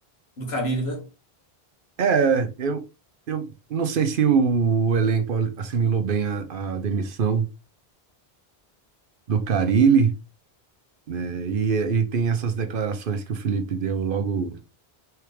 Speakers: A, on the left; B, on the right.
A: do Carille, né?
B: é, eu, eu não sei se o elenco assimilou bem a, a demissão do Carille, né? E, e tem essas declarações que o Felipe deu logo